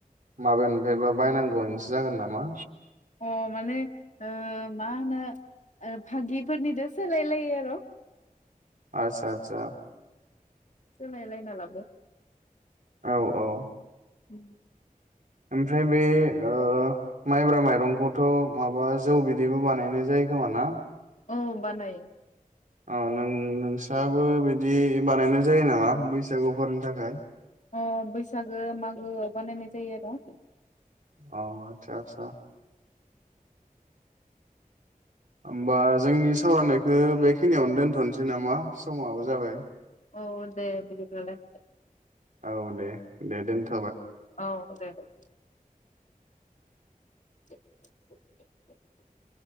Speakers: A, on the right (about 60°); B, on the left (about 55°).
A: माबानिफ्रायबा बायनांगौआनोसो जागोन नामा
B: अ माने ओ मा होनो भागिफोरनिथ' सोलायलायो आरो'
A: आतसा आतसा
B: सोलाय लायना लाबो
A: औ औ
B: <inaudible>
A: ओमफ्राय बे ओ माइब्रा माइरंखौथ' माबा जौ बिदैबो बानायनाय जायो खोम ना?
B: औ बानायो
A: ओ नों नोंसाबो बिदि बानायनाय जायो नामा बैसागुफोरनि थाखाय
B: अ बैसागो मागोआव बानायनाय जायो आरो
A: अ आतसा आतसा होमबा जोंनि सावरायनायखौ बेखिनियावनो दोनथ'नोसै नामा समाबो जाबाय
B: औ दे बिदिब्लालाय
A: औ दे दे दोनथ'
B: औेे दे। <inaudible>